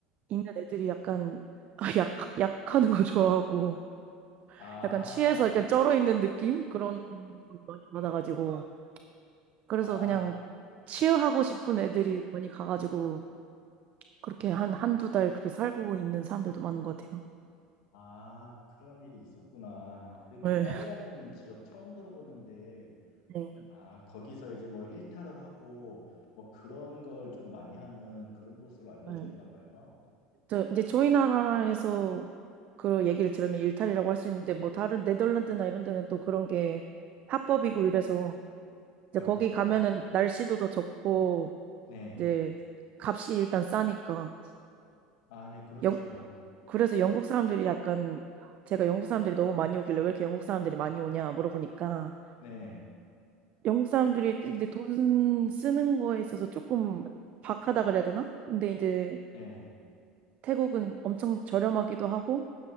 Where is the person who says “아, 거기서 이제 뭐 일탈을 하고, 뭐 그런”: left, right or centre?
Left